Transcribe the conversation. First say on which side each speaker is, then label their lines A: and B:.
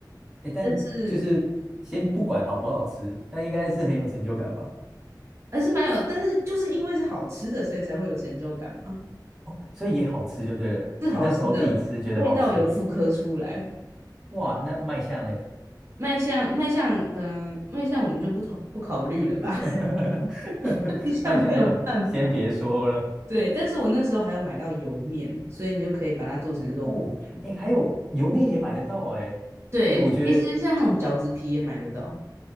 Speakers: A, in the centre; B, on the right (about 35°).
A: 诶但就是先不管好不好吃，
B: 但是
A: 但应该是很有成就感吧？
B: 还是蛮有，但是就是因为是好吃的，所以才会有成就感嘛，
A: 哦，所以也好吃就对了，
B: 是好吃的，
A: 你那时候自己吃觉得好吃，
B: 味道有复刻出来。
A: 哇，那卖相嘞，
B: 卖相卖相，嗯、呃卖相我们就不考不考虑了吧，
A: <laughs>
B: <laughs> 卖相没有办法。
A: 卖相就先别说了。
B: 对，但是我那时候还有买到油面，所以你就可以把它做成肉羹面。
A: 哦，哎，还有油面也买得到哎，
B: 对，
A: 哎，我觉得
B: 其实像那种饺子皮也买得到。